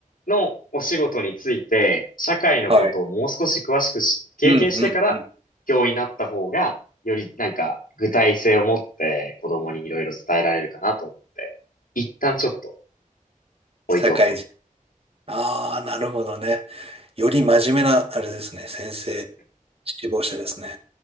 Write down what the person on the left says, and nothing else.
のお仕事について、社会のことをもう少し詳しくし経験してから、
教員になった方が、よりなんか具体性を持って子供にいろいろ伝えられるかなと思って、一旦ちょっと
置いておこうと。